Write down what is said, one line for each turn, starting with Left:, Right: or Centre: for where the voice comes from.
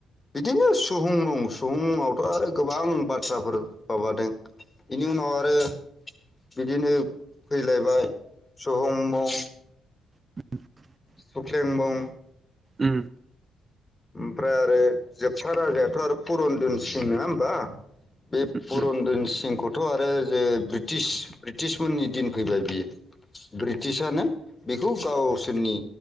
Left: बिदिनो सुहुंमुं सुहुंमुंआवथ' आरो गोबां बाथ्राफोर माबादों बेनि उनाव आरो बिदिनो फैलायबाय सुहुंमुं
Right: <unintelligible>
Left: सुख्लें मुं
Right: उम
Left: ओमफ्राय आरो जोबथा राजायाथ' आरो पुरन दोनसिं नङा होमबा? बे पुरनदोन
Right: उम,
Left: सिंखौथ' आरो जे ब्रिटिश ब्रिटिशमोननि दिन फैबाय बियो ब्रिटिसानो बेखौ गावसोरनि